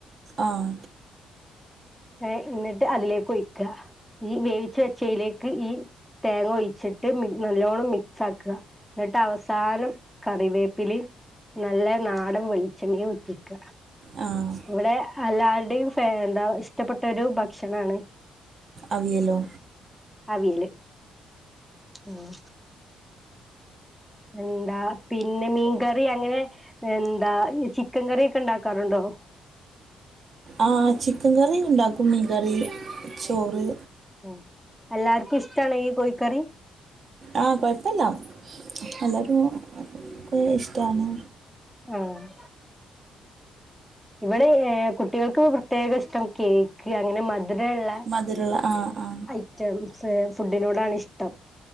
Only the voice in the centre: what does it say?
ഏേ എന്നിട്ട് അതിലേക്ക് ഒയിക്ക ഈ വേവിച് വെച്ചയിലേക്ക് ക്ക് ഈ തേങ്ങ ഒഴിച്ചിട്ട് മി നല്ലോണ്ണം മിക്സ് ആക്ക എന്നിട്ട് അവസാനം കറിവേപ്പിലിം നല്ല നാടൻ വെളിച്ചെണ്ണയ ഉറ്റിക്ക
ഇവിടെ അല്ലാരുടെയും ഫ എന്താ ഇഷ്ടപ്പെട്ടരു ഭക്ഷണമാണ്.
അവിയല് ഉം എന്താ പി പിന്നെ മീൻകറി അങ്ങനെ എന്താ ചിക്കൻ കറിയൊക്കെ ഉണ്ടാക്കാറുണ്ടോ?
ഉം അല്ലാർക്കും ഇഷ്ടണെ ഈ കോഴിക്കറി
അഹ്‌ ഇവിടെ ഹെ കുട്ടികൾക്ക് പ്രത്യേക ഇഷ്ടം കേക്ക് അങ്ങനെ മധ് മത് രള്ള
ഐറ്റംസ് ഫുഡിനോടാണ് ഇഷ്ടം.